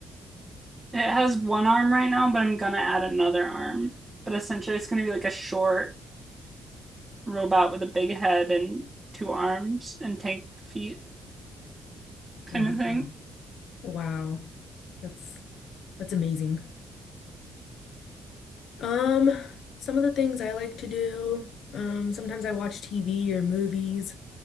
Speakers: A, on the right (about 20°); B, on the left (about 70°).
A: It has one arm right now, but I'm gonna add another arm. But essentially, it's gonna be like a short robot with a big head and two arms and tank feet kind
B: Wow.
A: of thing.
B: Wow. That's that's amazing. Um, some of the things I like to do, um, sometimes I watch TV or movies